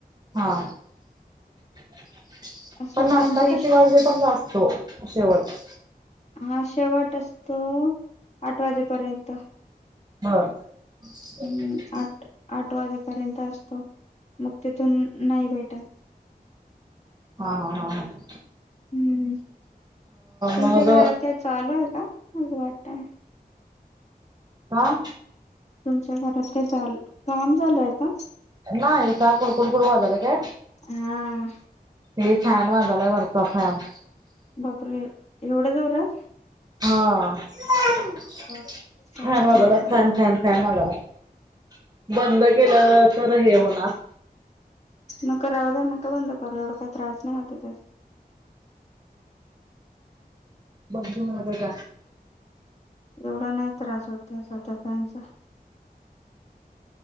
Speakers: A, on the right (about 25°); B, on the left (about 45°).
A: हां <inaudible>
B: असं
A: पण नाष्टा
B: त्यांच्या
A: किती
B: इश
A: वाजेपर्यंत असतो? शेवट
B: हां शेवट असतो आठ वाजेपर्यंत.
A: हां. <inaudible>
B: हम्म आठ आठ वाजेपर्यंत असतो मग तिथून नाही भेटत.
A: हां हां हां हां.
B: हम्म तुमच्या
A: मग
B: घरात काय चालू आयका असं वाटतंय?
A: हां?
B: तुमच्या घरात काय चाल काम चालूआय का?
A: नाय का कुडकुडकुड वाजालंय काय?
B: हा.
A: हे फॅन वाजालाय वरचा फॅन.
B: बापरे एवढ्या जोरात?
A: हां
B: बापरे
A: फॅन वाजालाय फॅन फॅन फॅन वाजाला. लाय बंद केलं तरहे होणार.
B: नका राहुद्या नका बंद करू एवढा काय त्रास नाय होतय त्याच.
A: <unintelligible>
B: एवढा नाय त्रास होत त्याचा त्या फॅनचा.